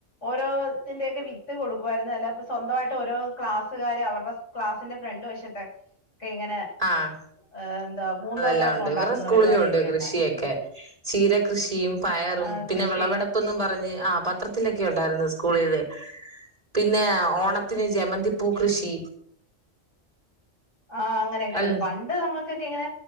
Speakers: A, on the left; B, on the right.
A: ഓരോത്തിന്റെയൊക്കെ വിത്ത് കൊടുക്കുവായിരുന്നു അല്ലാതപ്പോ സ്വന്തവാ യിട്ട് ഓരോ ക്ലാസ്സുകാര് അവരുടെ ക്ലാസ് ന്റെ ഫ്രണ്ട് വശത്തെ ഒക്കെ ഇങ്ങനെ
B: ആഹ്
A: ഏ എന്താ പൂന്തോട്ടം
B: അതെല്ലാംണ്ട്
A: ഒക്കെ ഉണ്ടാക്കുന്ന
B: ഇവരുടെ സ്കൂളിലും
A: പരിപാടിയൊക്കെ
B: ഉണ്ട് കൃഷിയൊക്കെ
A: ഉണ്ടായിരുന്നു
B: ചീരകൃഷിയും പയറും
A: ആ
B: പിന്നെ
A: കൃഷി
B: വിളവെടപ്പെന്നും പറഞ്ഞ് ആ പത്രത്തി ത്രത്തിലൊക്കെ ഉണ്ടായിരുന്നു സ്കൂളിന്ന് പിന്നെ ഓണത്തി ത്തിന് ജമന്തി പൂ കൃഷി
A: ആഹ് അങ്ങനെയൊക്കെയുണ്ട്
B: അൽ
A: പണ്ട് നമ്മുക്കൊക്കെ ഇങ്ങനെ